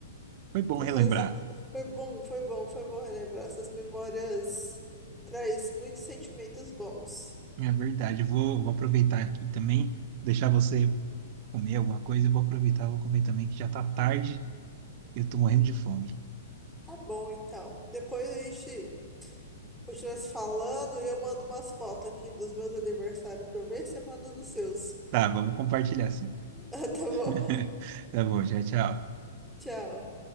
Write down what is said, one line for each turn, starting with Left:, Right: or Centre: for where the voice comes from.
Right: Foi bom
Centre: essas,
Right: relembrar.
Centre: foi bom, foi bom, foi bom relembrar essas memórias, traz muitos sentimentos bons.
Right: É verdade. Eu Vou, vou aproveitar aqui também, deixar você comer alguma coisa e vou aproveitar, vou comer também, que já tá tarde e eu tô morrendo de fome.
Centre: Tá bom, então. Depois a gente Continua se falando e eu mando umas fotos aqui dos meus aniversários pra ver se você manda dos seus.
Right: Tá, vamos compartilhar sim.
Centre: <laughs> Tá bom?
Right: <laughs> Tá bom, tchau, tchau.
Centre: Tchau.